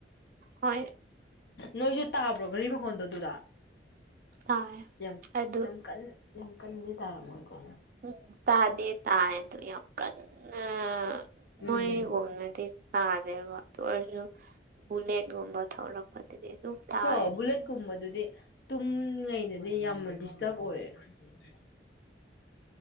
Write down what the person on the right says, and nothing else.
ꯍꯣꯏ
ꯇꯥꯏ
ꯑꯗꯨ
ꯎꯝ ꯇꯥꯗꯦ ꯇꯥꯌꯦ ꯑꯗꯨ ꯌꯥꯝ ꯀꯟꯅ
ꯅꯣꯏꯒꯨꯝꯅꯗꯤ ꯇꯥꯗꯦꯕ ꯑꯗꯨꯑꫭꯏꯔꯁꯨ ꯕꯨꯂꯦꯠꯒꯨꯝꯕ ꯊꯧꯔꯛꯄꯗꯗꯤ ꯑꯗꯨꯝ ꯇꯥꯏ